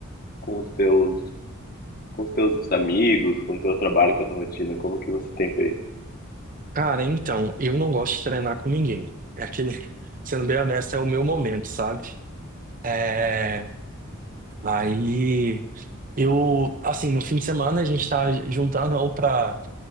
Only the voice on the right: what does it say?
cara, então, eu não gosto de treinar com ninguém. É aquele, <laughs> sendo bem honesto, é o meu momento, sabe? É, aí eu, assim, no fim de semana a gente tá juntando ou pra,